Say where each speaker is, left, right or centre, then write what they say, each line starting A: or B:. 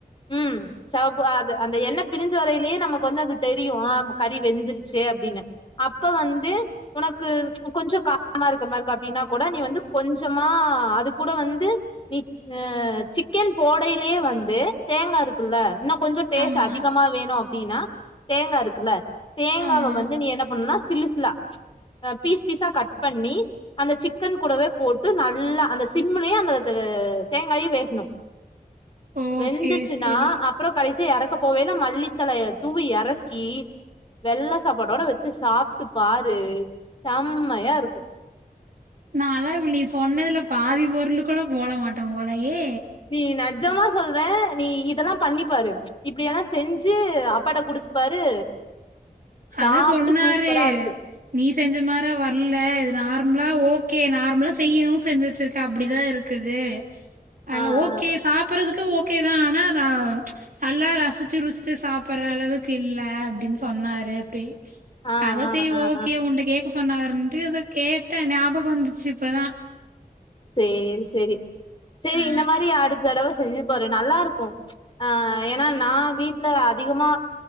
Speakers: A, on the left; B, on the right.
A: ம் செவப்பு அது அந்த எண்ணெ பிரிஞ்சு வரையிலேயே நமக்கு வந்து அது தெரியு ஆ கறி வெந்துரிச் சே அப்டின்னு அப்ப வந்து ஒனக்கு கொஞ்ச காரமா இருக்கமா அப்டின்னா கூட நீ வந்து கொஞ்சமா அது கூட வந்து நீ ஆ சிக்கன் போடையிலேயே வந்து தேங்கா இருக்குல்ல இன்னு கொஞ்ச டேஸ்ட்
B: ஆமா
A: அதிகமா வேணு அப்டின்னா தேங்கா இருக்குல்ல தேங்காவ
B: ஆமா
A: வந்து நீ என்ன பண்ணுனா சில்லு சில்லா ஆ பீஸ் பீஸா கட் பண்ணி அந்த சிக்கன் கூடவே போட்டு நல்லா அந்த சிம்முலேயே அந்த இது தேங்காயு வேகணு
B: ஓ
A: வெந்துச்சின்னா
B: சேரி சேரி
A: அப்புற கடைசியா எற க்கப் போவையில மல்லித்தழையே தூவி எறக்கி வெள்ள சாப்பாடோட வச்சு சாப்ட்டு பாரு செம்மையா இருக்கு
B: நா எல்லா இப்ப நீ சொன்னதுல பாதி பொருள் கூட போட மாட்டோ போலையே
A: நீ நெஜமா சொல்றே நீ இதெல்லா பண்ணிபாரு இப்டியல்லா செஞ்சு அப்பாட்ட குடுத்து பரு சாப்ட்டு
B: அதா சொன்னாரு
A: சூப்பரா இருக்கு
B: நீ செஞ்ச மார வரல இது நார்மலா ஓக்கே நார்மலா செய்யணுன் செஞ்சுவச்ருக்கே அப்டிதா இருக் குது ஆன
A: ஆ
B: ஓக்கே
A: ஆ
B: சாப்பறதுக்கு ஓக்கே தா ஆனா ர நல்லா ரசிச்சு ருசிச்சு சாப்பர்ற அளவுக்கு இல்ல அப்டின் சொன்னாரு அப்டி
A: ஆ
B: அதா
A: ஆ
B: சரி
A: ஆ
B: ஓக்கே
A: ஆ
B: உன்ட்ட கேக்க சொன்னாருன்ட்டு அதா கேட்டே ஞாபக வந்துச்சு இப்பதா
A: சேரி சேரி செரி
B: ஆ
A: இந்த மாரி அடுத்த தடவ செஞ்சு பாரு நல்லா இருக்கு ஆ ஏன்னா நா வீட்ல அதிகமா